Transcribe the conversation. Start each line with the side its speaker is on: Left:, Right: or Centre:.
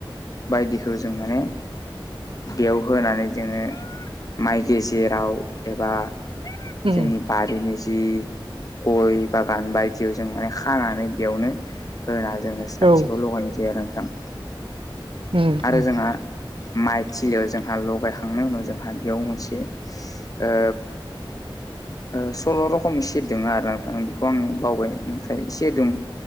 Left: बायदिखौ जों माने बेयाव होनानै जोङो माइ गेजेराव एबा
Right: उम
Left: जोंनि बारिनि जि गय बागान बायदियाव जों माने खानानै बेयावनो होना जोङो साथिखौ
Right: ओ औ
Left: लगायनाय जायो आरो नोंथां
Right: उम
Left: आरो
Right: उम
Left: जोंहा माइ थिलियाव जोंहा लगायखांनायनि उनाव जोंहा बेयाव मोनसे ओ ओ सल' रखमनि स दङ आरो नोंथां बेखौ आं बावबाय नाथाय इसे दं